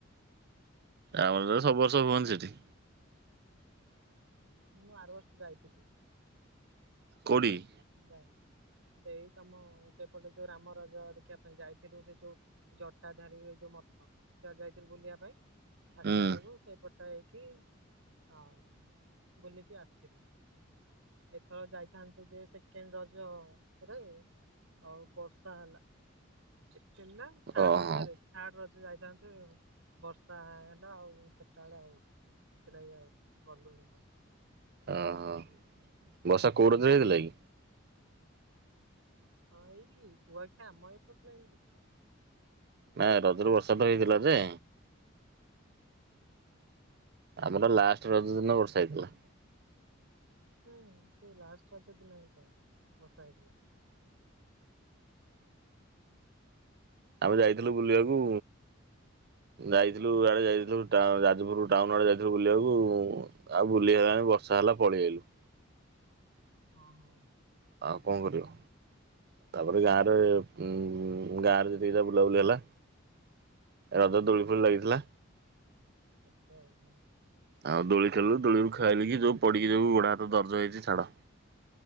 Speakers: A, on the right; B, on the right.
A: ଆଚ୍ଛା,
B: ଆ ତ ସବୁ
A: ହଁ।
B: ବର୍ଷ ହୁଅନ ସେଠି।
A: ମୁଁ ଆର ବର୍ଷ ଯାଇଥିଲି।
B: କୋଉଠିକି?
A: ଯ ସେଇ ତମ ସେପଟେ ଯୋଉ ରାମ ରାଜା ଦେଖିବା ପାଇଁ ଯାଇଥିଲି ସେ ଯୋଉ ଜଟା ଧାରୀ ଏଯୋଉ ମଠ ସେଆଡେ ଯାଇଥିଲି ବୁଲିବା ପାଇଁ ଆସିଲା
B: ହୁଁ
A: ବେଳକୁ ସେପଟ ହେଇକି ଆଉ ବୁଲିକି ଆସିଥିଲି। ଏଥର ଯାଇଥାନ୍ ଯେ ସେକେଣ୍ଡ ରଜରେ ଆଉ ବର୍ଷା ହେଲା। ସେକେଣ୍ଡ ନା ଥଡ
B: ଓହୋ
A: ରଜାରେ? ଥାଡ ରଜ ଯାଇଥାନ୍ତୁ ବର୍ଷା ହେଲା ଆଉ ସୋରଟା ବେଳେ ଆଉ ସେଥିଲା ଆଉ ଗଲୁନୁ ତ।
B: ଓହୋ ବର୍ଷା କୋଉ <unintelligible>
A: ଯାଇ
B: ଥିଲାକି?
A: ହଁ ଏଇ କୁଆଖିଆ ଆମ ଏପଟ ଲାଇନ ହେଇଥିଲା।
B: ନା
A: ଇଆଡେ
B: ରଜରେ
A: ହେଲା
B: ବର୍ଷା ତ ହେଇଥିଲା
A: ଛାଡି-
B: ଯେ
A: ହୁଁ
B: ଆମେର ଲାଷ୍ଟ ରଜ ଦିନ ବର୍ଷ ହେଇଥିଲା।
A: ହୁଁ ସେ ଲାଷ୍ଟ ରଜ ଦିନ ହେ ତ ବର୍ଷା ହେଇଥିଲା।
B: ଆମେ ଯାଇଥିଲୁ ବୁଲିବାକୁ ଯାଇଥିଲୁ ୟାଡେ ଯାଇଥିଲୁ ଯାଜପୁର ଟାଉନ ଆଡେ ଯାଇଥିଲୁ ବୁଲିବାକୁ ଆଉ ବୁଲିହେଲେନି ବର୍ଷା ହେଲା ପଳେଇଆଇଲେ।
A: ହଁ ହଁ।
B: ଆଉ କଣ କରିବ ତାପରେ ଗାଁରେ
A: ତ-
B: ଉଁ ଗାଁରେ ଯେତିକି ତ ବୁଲାବୁଲି ହେଲା ରଜ
A: ହଁ
B: ଦୋଳି
A: ହଁ।
B: ଫୁଳି ଲାଗିଥିଲା।
A: ଆଚ୍ଛା ଆଉ ହଁ।
B: ଆଉ ଦୋଳି ଖେଳିଲୁ, ଦୋଳିରୁ ଖେଳିକି ଯୋଉ ପଡିକି ଯୋଉ ଗୋଡ ହାତ ଦରଜ ହେଇଛି ଛାଡ଼।